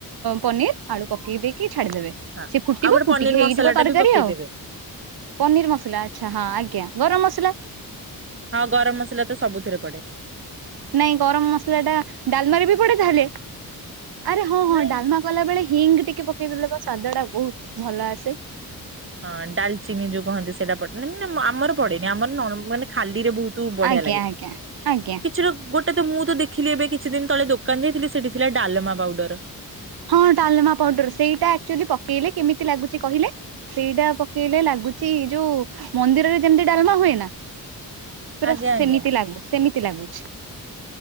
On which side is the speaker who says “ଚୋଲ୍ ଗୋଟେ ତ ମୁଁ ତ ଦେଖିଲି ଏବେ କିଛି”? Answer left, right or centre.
Right